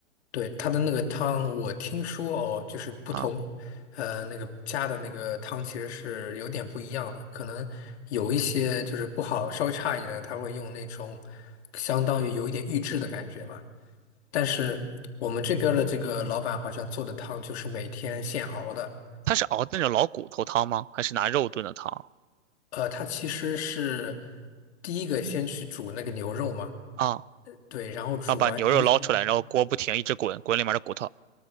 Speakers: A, on the left; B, on the right.
A: 对，它的那个汤，我听说哦，就是不同，
B: 啊，
A: 呃，那个加的那个汤其实是有点不一样的，可能有一些就是不好，稍微差一点的，它会用那种相当于有一点预制的感觉嘛。但是我们这边儿的这个老板好像做的汤就是每天现熬的。
B: 它是熬那种老骨头汤吗？还是拿肉炖的汤
A: 呃，他其实是第一个先去煮那个牛肉嘛，
B: 啊？
A: 对，然后煮完，
B: 然后把牛肉捞出来，
A: 嗯
B: 然后锅不停一直滚，滚里面的骨头